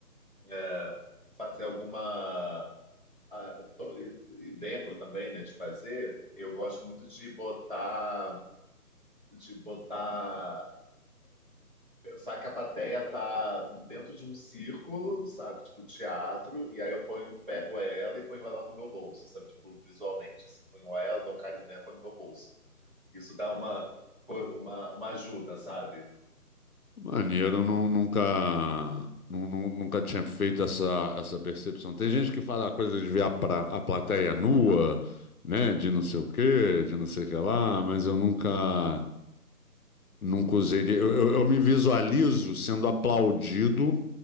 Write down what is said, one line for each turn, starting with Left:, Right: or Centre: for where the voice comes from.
Right: é, fazer alguma. ah, e Lembro também, né, de fazer, eu gosto muito de botar, de botar Pensar que a plateia tá dentro de um círculo, sabe? Tipo teatro, e aí eu ponho, pego ela e ponho ela no meu bolso, sabe? Tipo, visualmente, assim, ponho ela, dou um carinho nela, ponho no meu bolso. Isso dá uma, co- uma, uma ajuda, sabe?
Left: Maneiro, nu- nunca, nu- nu- nunca tinha feito essa, essa percepção. Tem gente que fala a coisa de ver a, pra- a plateia nua, né? De não sei o quê, de não sei o que lá, mas eu nunca. não cozeria. Eu, eu, eu me visualizo sendo aplaudido,